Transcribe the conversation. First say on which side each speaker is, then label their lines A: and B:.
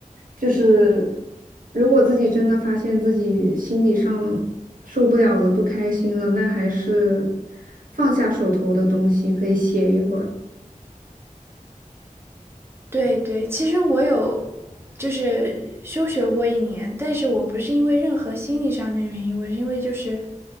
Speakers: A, on the right; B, on the right.
A: 就是如果自己真的发现自己心理上受不了了，不开心了，那还是放下手头的东西，可以写一会儿。
B: 对对，其实我有就是休学过一年，但是我不是因为任何心理上面的原因，我是因为就是